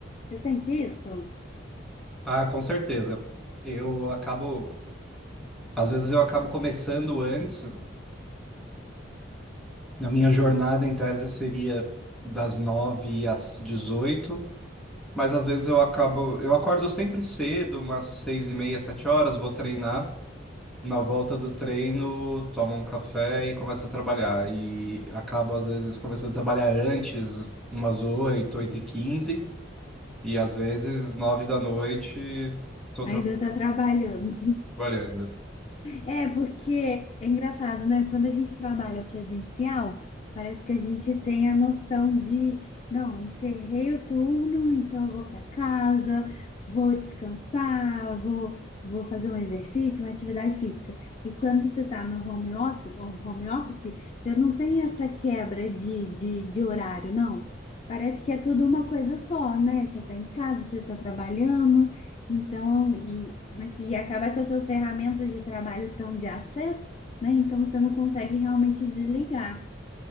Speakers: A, on the left; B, in the centre.
A: Você sente isso?
B: Ah, com certeza. Eu acabo, às vezes eu acabo começando antes. Na minha jornada, em tese, seria das 9 às 18, mas às vezes eu acabo, eu acordo sempre cedo, umas seis e meia, sete horas, vou treinar. Na volta do treino, tomo um café e começo a trabalhar. E acabo, às vezes, começando a trabalhar antes, umas 8, 8 e 15. E às vezes, nove da noite, estou
A: Ainda está trabalhando.
B: trabalhando.
A: É, porque é engraçado, né? Quando a gente trabalha presencial, parece que a gente tem a noção de, não, encerrei o turno, então eu vou para casa, vou descansar, vou, vou fazer um exercício, uma atividade física. E quando você está no home office, home office, você não tem essa quebra de, de, de horário, não. Parece que é tudo uma coisa só, né? Você está em casa, você está trabalhando. Então, e, né, e acaba que as suas ferramentas de trabalho estão de acesso, né? Então você não consegue realmente desligar.